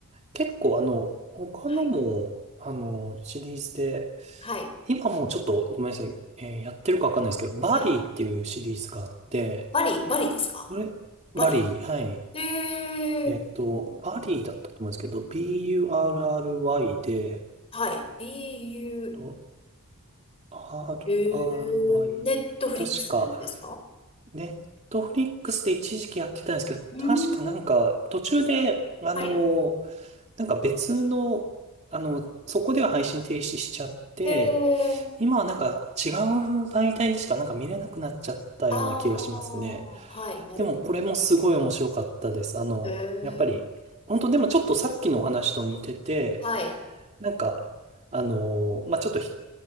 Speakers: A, on the right; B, on the left.
A: 結構あの、他のも、
B: はい。
A: あの、シリーズで、
B: はい。
A: 今もうちょっとごめんなさい、えーやってるかわかんないですけど、バリーっていうシリーズがあって、
B: はい。バリ、バリですか
A: これ、
B: バリ。
A: バリー、はい。
B: へ
A: えっと、
B: ー。
A: バリーだったと思うんですけど、BURRY で、
B: はい。B-U-R-R-Y。
A: と RRY、
B: へー。ネットフリックスのやつですか
A: 確か、ネットフリックスで一時期やってたんですけど、
B: うーん。
A: 確かなんか途中で、あの、
B: はい。
A: なんか別の、あの、そこでは配信停止しちゃって、
B: へー。
A: 今はなんか違う媒体でしかなんか見れなくなっちゃったような気がしますね。
B: あー。はい。なるほど。
A: でもこれもすごい面白かったです。あの、
B: へー。
A: やっぱり、本当でもちょっとさっきのお話と似てて、
B: はい。
A: なんか、あの、まあ、ちょっとひ